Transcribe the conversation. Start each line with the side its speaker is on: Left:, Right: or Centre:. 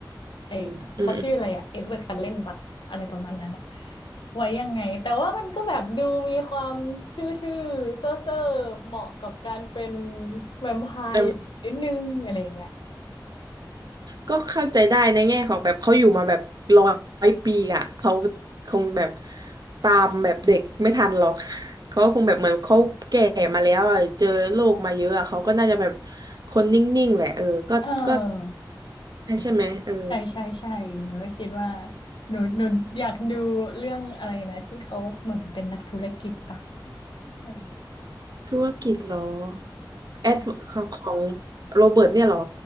Left: ไอเขาชื่ออะไรอะเอ็ดเวิร์ดซัเลนปะอะไรประมาณนั้นอะ
Right: อืมอืม
Left: ไว้ยังไงแต่ว่ามันก็แบบดูมีความทื่อๆเซ่อๆเหมาะกับการเป็นแวมไพร์อยู่นิดนึงอะไรอย่างเงี้ย
Right: เออ ก็เข้าใจได้ในแง่ของแบบเขาอยู่มาแบบร้อยปีอ่ะเขาคงแบบตามแบบเด็กไม่ทันหรอกเขาคงแบบเหมือนเขาแก่มาแล้วอะเจอโลกมาเยอะอะเขาก็น่าจะแบบคนนิ่งๆแหละเออก็ก็
Left: เออ
Right: ใช่ไหมเออ
Left: ใช่ใช่ใช่หนูก็คิดว่าหนูหนูอยากดูเรื่องอะไรนะที่เขาเหมือนเป็นนักธุรกิจปะใช่
Right: ธุรกิจเหรอแอดของของ
Left: ใช่
Right: โรเบิร์ตเนี่ยเหรอ